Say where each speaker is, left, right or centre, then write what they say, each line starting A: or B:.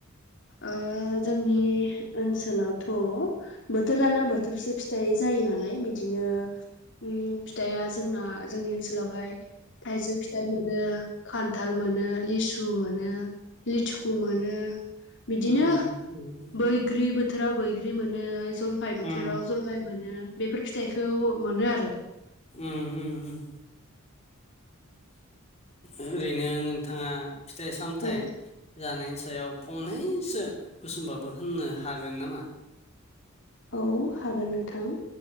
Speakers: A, on the left; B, on the left.
A: ओ जोंनि ओनसोलावथ' बोथोर लाना बोथोरसो फिथाइ जायो नालाय बिदिनो ओम फिथाइआ जोंना जोंनि ओनसोलावहाय थाइजौ फि थाय मोनो खान्थाल मोनो लिसु मोनो लिथिखु मोनो। बिदिनो
B: उम उम उम
A: बैग्रि बो थोराव बैग्रि मोनो जलफाइ बोथोराव
B: उम
A: जलफाय मोनो बेफोर फिथाइखौ मोनो आरो
B: उम उम उम ओरैनो नोंथाङा फिथाइ सामथाइ
A: औ
B: जानायनि सायाव फंनैसो गुसुंबाबो होननो हागोन नामा।
A: औ हागोन नोंथां‌